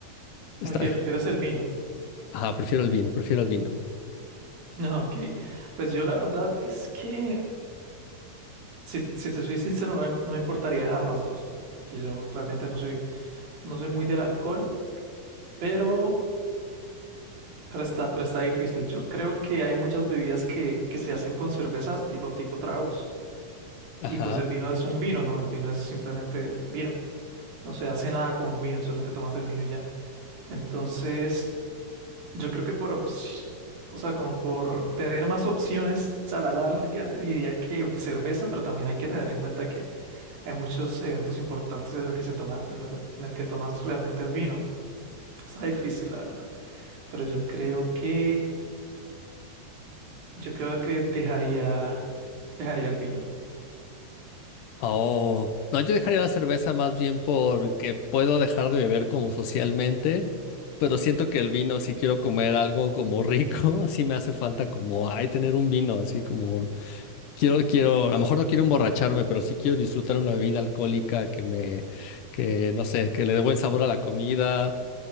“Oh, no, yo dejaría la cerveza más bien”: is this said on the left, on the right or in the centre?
Left